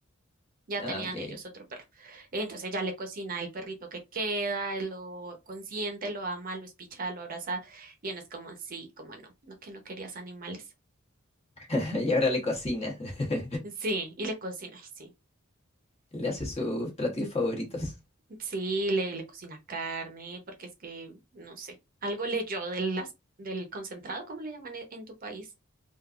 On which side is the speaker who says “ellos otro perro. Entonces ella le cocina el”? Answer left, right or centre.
Right